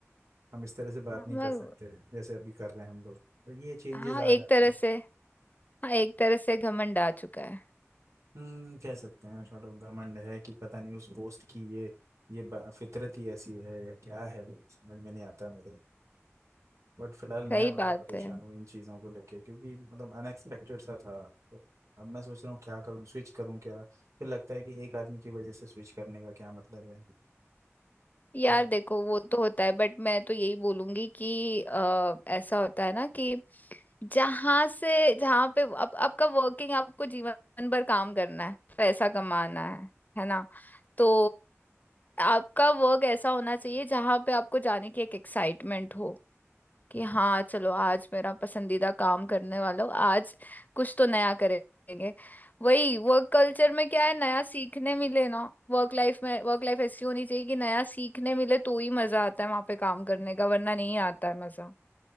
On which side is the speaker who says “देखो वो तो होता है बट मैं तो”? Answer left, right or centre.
Left